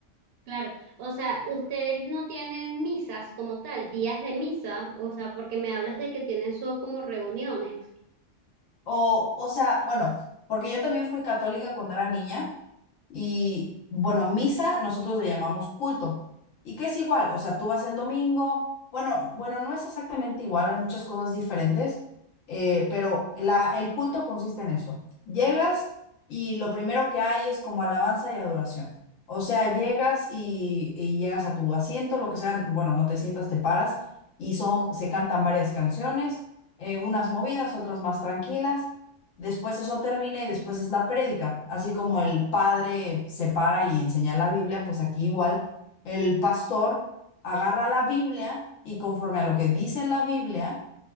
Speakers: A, on the right; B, on the left.
A: claro. O sea, ustedes no tienen misas como tal, días de misa, o sea, porque me hablas de que tienen son como reuniones.
B: O, o sea, bueno, porque yo también fui católica cuando era niña Y bueno, misa nosotros le llamamos culto. ¿Y qué es igual? O sea, tú vas el domingo, bueno, bueno, no es exactamente igual, hay muchas cosas diferentes, eh, pero la, el culto consiste en esto. Llegas y lo primero que hay es como alabanza y adoración. O sea, llegas y, y llegas a tu asiento, lo que sea, bueno, no te sientas, te paras y son, se cantan varias canciones, eh, unas movidas, otras más tranquilas. Después eso termina y después es la prédica. Así como el padre se para y enseña la Biblia, pues aquí igual el pastor agarra la Biblia y conforme a lo que dice en la Biblia,